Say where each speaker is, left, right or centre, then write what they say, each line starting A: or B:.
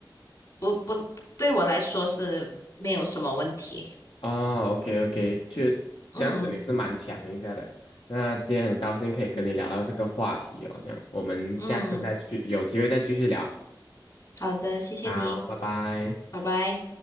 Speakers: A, on the left (about 50°); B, on the left (about 75°).
A: 不不，对我来说是没有什么问题。
B: 哦，OK OK，确实这样子你是蛮强一下的。
A: 嗯
B: 那今天很高兴可以跟你聊到这个话题哦，那我们下次再去有机会再继续聊。
A: 嗯，好的，谢谢你，
B: 好，拜拜。
A: 拜拜。